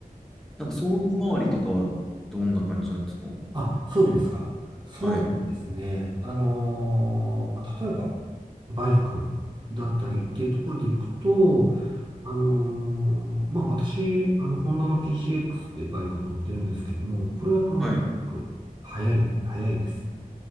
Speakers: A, in the centre; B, on the right.
A: なんか装備周りとかはどんな感じなんですか
B: あ、装備ですか。装備はですね、
A: はい。
B: あのーまあ、例えば、バイクだったりっていうところで行くと、あのーまあ、私、あの、ホンダの PCX っていうバイクに乗ってるんですけども、これは、あの、
A: はい。
B: とにかく、速い、速いです。